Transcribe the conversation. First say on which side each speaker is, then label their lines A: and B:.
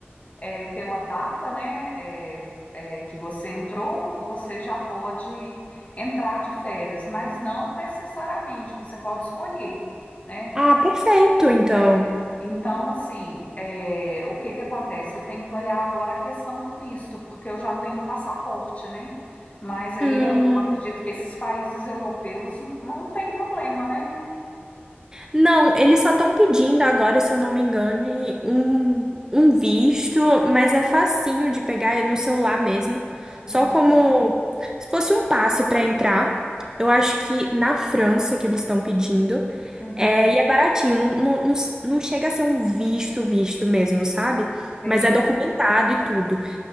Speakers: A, on the left (about 35°); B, on the right (about 15°).
A: é, pela data, né, é, é, que você entrou, você já pode entrar de férias, mas não necessariamente, você pode escolher, né?
B: Ah, perfeito, então.
A: É, Então, assim, é, o que que acontece? Eu tenho que olhar agora a questão do visto, porque eu já tenho passaporte, né? Mas aí
B: Hum.
A: eu, eu acredito que esses países europeus não tem problema, né?
B: Não, eles só estão pedindo agora, se eu não me engano, um, um visto, mas é facinho de pegar é no celular mesmo.
A: Uhum,
B: Só como se fosse um passe para entrar. Eu acho que na França que eles estão pedindo.
A: uhum,
B: É, e é baratinho, não, não, não, não chega a ser um visto, visto mesmo, sabe?
A: entendi.
B: Mas é documentado e tudo.